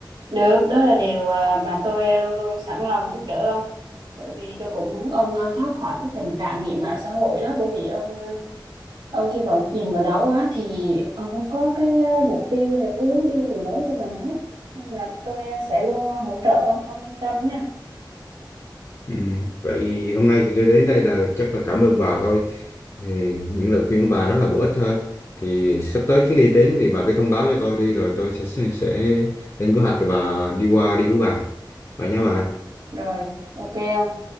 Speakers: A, on the right; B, on the left.
A: được đó là điều ờ, mà tôi luôn luôn sẵn lòng giúp đỡ ông bởi vì tôi cũng muốn ông ờ, thoát khỏi cái tình trạng nghiện mạng xã hội đó bởi vì ông ờ, ông khi mà ông chìm vào đó quá thì ông không có cái ờ, mục tiêu hay là cái hướng đi gì mới cho mình hết nên là tôi ờ, sẽ luôn hỗ trợ ông ông yên tâm nha
B: Ừ. Vậy hôm nay thì đến đây là chắc là cảm ơn bà thôi. Thì những lời khuyên của bà rất là bổ ích thôi. Thì sắp tới chuyến đi đến thì bà cứ thông báo cho tôi đi rồi tôi sẽ sẽ lên kế hoạch và đi qua đi với bà. Vậy nha bà.
A: Ừ. rồi ok ông.